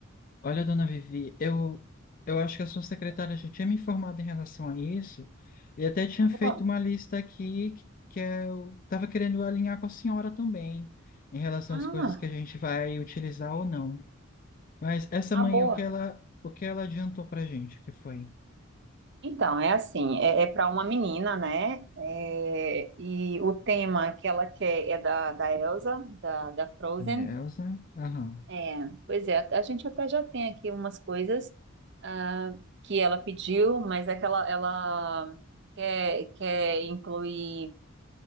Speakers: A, on the left; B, on the right.
A: Olha, dona Vivi, eu, eu acho que a sua secretária já tinha me informado em relação a isso e até tinha
B: Ah, boa.
A: feito uma lista aqui que, que eu estava querendo alinhar com a senhora também em relação
B: Ah,
A: às coisas que a gente vai utilizar ou não. Mas essa
B: ah,
A: manhã,
B: boa.
A: o que ela, o que ela adiantou pra gente, o que foi?
B: Então, é assim, é, para uma menina, né? É, e o tema que ela quer é da, da Elsa, da, da Frozen.
A: Elsa? Aham.
B: É, pois é, a gente até já tem aqui umas coisas ah, que ela pediu, mas é que ela, ela quer, quer incluir,